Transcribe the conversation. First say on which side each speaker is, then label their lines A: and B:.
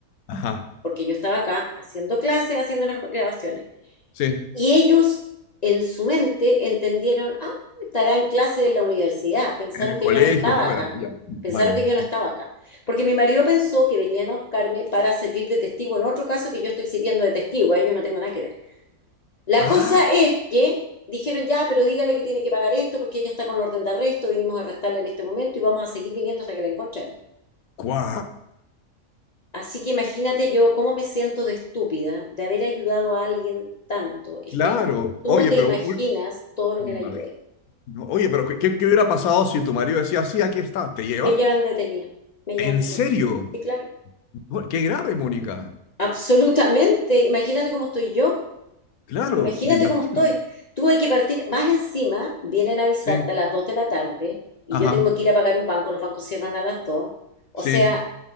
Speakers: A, on the left; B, on the left.
A: ajá,
B: porque yo estaba acá haciendo clases, haciendo unas grabaciones.
A: sí.
B: Y ellos en su mente entendieron, ah, estará en clase en la universidad. Pensaron
A: En el
B: que
A: colegio,
B: yo no estaba
A: fuera,
B: acá.
A: ya, vale.
B: Pensaron que yo no estaba acá. Porque mi marido pensó que venían a buscarme para servir de testigo en otro caso que yo estoy sirviendo de testigo. Ahí yo no tengo nada que ver. La
A: Ah,
B: cosa es que dijeron, ya, pero dígale que tiene que pagar esto porque ella está con orden de arresto. Vinimos a arrestarla en este momento y vamos a seguir viniendo hasta que la encontremos.
A: cuá.
B: Así que imagínate yo cómo me siento de estúpida de haber ayudado a alguien tanto. Es
A: Claro,
B: que tú
A: oye,
B: no te
A: pero
B: imaginas
A: un-
B: todo lo
A: me
B: que
A: imagino.
B: le ayudé.
A: No, oye, pero ¿qué, qué- qué hubiera pasado si tu marido decía, sí, aquí está, ¿te llevan?
B: Me llevan detenida, me llevan
A: ¿En
B: detenida.
A: serio?
B: Sí, claro.
A: Mo- Qué grave, Mónica.
B: Absolutamente. Imagínate cómo estoy yo.
A: Claro,
B: Imagínate
A: me imagino.
B: cómo estoy. Tuve que partir. Más encima, vienen a avisarte
A: Sí,
B: a las 2 de la tarde y
A: ajá,
B: yo tengo que ir a pagar un banco. Los bancos cierran a las dos O
A: sí,
B: sea,